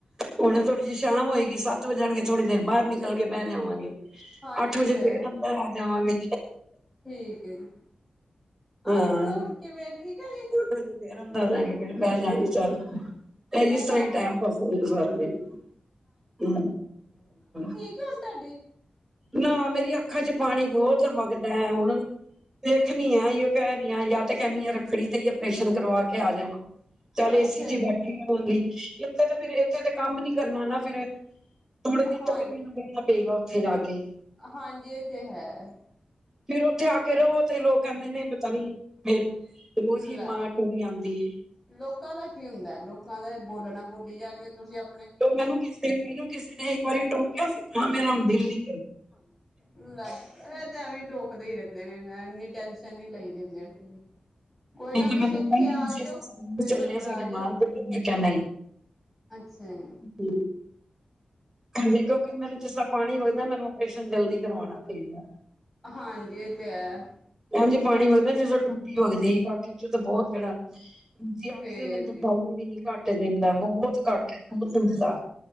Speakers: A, on the right (about 20°); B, in the centre.
A: ਹੁਣ ਥੋੜ੍ਹੀ ਜਿਹੀ ਸ਼ਾਮ ਹੋਏਗੀ। ਸੱਤ ਵਜਣਗੇ, ਥੋੜ੍ਹੀ ਦੇਰ ਬਾਹਰ ਨਿਕ ਨਿਕਲ ਕੇ ਬਹਿ ਜਾਵਾਂਗੇ।
B: ਹਾਂਜੀ
A: ਅੱਠ
B: ਇਹ
A: ਵਜੇ
B: ਤੇ
A: ਫੇਰ
B: ਹੈ
A: ਅੰਦਰ ਆ ਜਾਵਾਂਗੇ।
B: ਠੀਕ ਏ ਜੀ।
A: ਹਾਂ,
B: ਅੱਖ ਦਾ ਹੁਣ ਕਿਵੇਂ ਠੀਕ ਹੈ ਜੀ
A: ਰੋਟੀ-ਰੂਟੀ ਸੰਦੇਰਾ ਬਣਾਲਾ ਗੇ ਤੇ ਬਹਿਜਾ ਗੇ ਚੱਲ ਤੇ ਐਹ
B: ਮੈਂ
A: ਇਸ
B: ਕਿਹਾ
A: ਤਰ੍ਹਾਂ ਈ
B: ਅੱਖ,
A: ਟੈਮ ਪਾਸ ਕਰ ਲਈ ਦਾ ਸਾਰਾ ਦਿਨ। <unintelligible>
B: ਤੇ ਹੁਣ ਤਾਡੀ
A: ਨਾ ਮੇਰੀਆਂ ਅੱਖਾਂ 'ਚ ਪਾਣੀ ਬਹੁਤ ਵਗਦਾ ਐ। ਹੁਣ ਵੇਖਣੀ ਆ। ਯੋ ਕਹਿ ਰੀਆ ਜਾਂ ਤੇ ਕਹਿੰਨੀ ਆ ਰੱਖੜੀ ਤੇ ਜਾਂ ਪੇਸ਼ਨ ਕਰਵਾ ਕੇ ਆ ਜਾਵਾਂ। ਚੱਲ, ਏਸੀ
B: ਅੱਛਾ
A: 'ਚ ਈ
B: ਜੀ
A: ਬੈਠੀ ਰਵਾਂਗੀ। ਏਥੇ ਤੇ ਫਿਰ, ਏਥੇ ਤੇ ਕੰਮ ਨੀ ਕਰਨਾ ਨਾ। ਫਿਰ ਇਹ ਥੋੜ੍ਹੇ ਦਿਨ
B: ਹਾਂਜੀ
A: ਤੋਂ ਫੇਰ ਮੈਨੂੰ ਰਹਿਣਾ ਪੇਗਾ ਉੱਥੇ ਜਾ ਕੇ।
B: ਹਾਂਜੀ, ਇਹ ਤੇ ਹੈ।
A: ਫੇਰ ਉੱਥੇ ਆ ਕੇ ਰਵੋ ਤੇ ਲੋਕ ਕਹਿੰਦੇ ਨੇ ਪਤਾ ਨੀ ਫਿਰ, ਲੋ ਜੀ ਮਾਂ
B: ਲੈ
A: ਟੁਰੀ ਆਂਦੀ।
B: ਲੋਕਾਂ ਦਾ ਕੀ ਹੁੰਦਾ। ਲੋਕਾਂ ਦਾ ਏ ਬੋਲਣਾ, ਬੋਲੀ ਜਾਣਗੇ। ਤੁਸੀਂ ਆਪ
A: ਤੇ ਉਹ ਮੈਨੂੰ ਕਿਸੇ, ਮੈਨੂੰ ਕਿਸੇ ਨੇ ਇੱਕ ਵਾਰੀ ਟੋਕਿਆ ਸੀ ਤਾਂ ਮੈਂ ਆਂਦੀ ਨੀ।
B: ਹੁਨ ਲੈ ਏ ਤੇ ਐਵੇਂ ਟੋਕਦੇ ਈ ਰੈਂਦੇ ਨੇ ਨਾ ਐਨੀ ਟੈਨਸ਼ਨ ਨੀ ਲਈਦੀ ਹੁੰਦੀ ਆਂਟੀ ਜੀ। ਕੋਈ
A: ਨਹੀਂ
B: ਨਾ
A: ਤੇ ਮੈਨੂੰ
B: ਤੁਸੀਂ ਏਥੇ
A: ਕਹਿੰਦੀ
B: ਆ
A: ਕਿਸੇ
B: ਜਇਓ, ਪ੍ਰੇਸ਼ਨ
A: ਚੱਲਣੇ
B: ਕਰਾ
A: ਆ ਸਾਡੇ
B: ਜਿਓ।
A: ਨਾਲ ਤੇ ਮੈਂ ਕਿਹਾ
B: ਅੱਛੇਆ।
A: ਹੂੰ। ਹਾਂਜੀ ਕਿਓਂਕਿ ਮੈਨੂੰ ਜਿਸ ਤਰਾਂ ਪਾਨੀ ਵਗਦਾ ਮੈਨੂੰ ਓਪਰੇਸ਼ਨ ਜਲਦੀ ਕਰਵਾਨਾ ਪਏਗਾ।
B: ਹਾਂਜੀ ਏ ਤੇ ਹੈ।
A: ਇੰਝ ਪਾਨੀ ਵਗਦਾ ਜਿਦਾਂ ਟੂਟੀ ਵਗਦੀ ਬਾਕੀ ਚ ਤਾਂ ਬੋਤ ਜੇੜਾ ਜੇ ਆਕੇ
B: ਫੇਰ
A: ਦੇ ਤੇ ਮੈਨੂੰ ਦਿਖਾਈ
B: ਜੀ
A: ਵੀ ਘੱਟ ਦਿੰਦਾ ਬੋਤ ਘੱਟ ਦਿੰਦਾ ਆ।